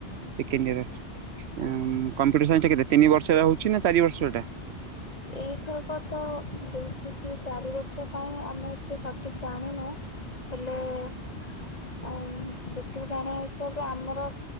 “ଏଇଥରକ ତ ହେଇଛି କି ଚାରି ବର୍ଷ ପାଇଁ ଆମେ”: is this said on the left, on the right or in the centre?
Left